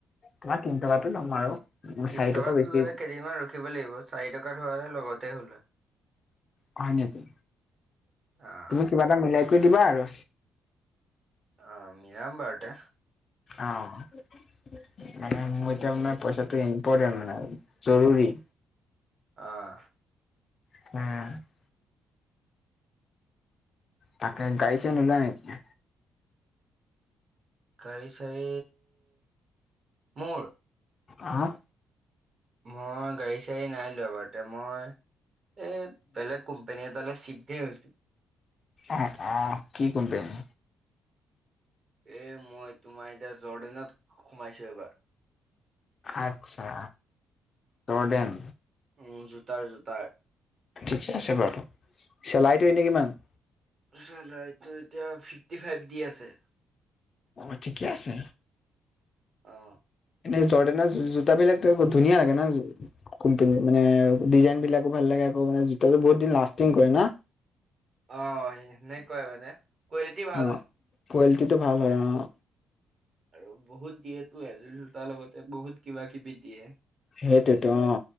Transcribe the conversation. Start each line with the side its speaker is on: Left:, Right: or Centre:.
Left: তোমাৰ তিনি টকাটো লম আৰু
Right: তিন
Left: চাৰি
Right: টকাত
Left: টকা বেছি
Right: ল'লে কেইদিনমান ৰখিব লাগিব চাৰি টকাত হোৱা হ'লে লগতে হ'ল হয়
Left: হয় নিকি
Right: অ',
Left: তুমি কিবা এটা মিলাই কৰি দিবা আৰু
Right: অ মিলাম বাৰু তে
Left: অ মানে মোৰ এতিয়া মানে পইচাটো ইম্পৰ্টেণ্ট মানে জৰুৰী
Right: অঁ
Left: উম তাকে গাড়ী চাড়ী নোলোৱা নেকি
Right: গাড়ী চাড়ী মোৰ
Left: হা
Right: মই গাড়ী চাডী নাই লোৱা বাৰোতে মই এই বেলেগ কোম্পেনী এটালে চিফ্টহে হৈছে
Left: অ অ কি কোম্পেনী
Right: এ মই তোমাৰ এতিয়া জৰ্ডেনত সোমাইছো এইবাৰ
Left: আচ্ছা জৰ্ডেন
Right: উম জোতাৰ জোতাৰ
Left: ঠিকে আছে বাৰু চেলাইটো এনেই কিমান
Right: চেলাৰীটো এতিয়া ফিফটি ফাইভ দি আছে
Left: অ ঠিকে আছে
Right: অ
Left: এনে জৰ্দেনৰ জো জোতাবিলাক ত ধুনীয়া লাগে ন কোম্পেনী মানে ডিজাইন বিলাকো ভাল লাগে আকৌ মানে জোতাটো বহুত দিন লাষ্টিং কৰে না
Right: অ সেনেকুৱাই মানে কোৱালিটি ভাল
Left: অ
Right: হয়
Left: কোৱালিটিটো ভাল হয় অঁ
Right: আৰু বহুত দিয়েতো এযোৰ জোতাৰ লগতে বহুত কিবা কিবি দিয়ে
Left: সেইটোতো অ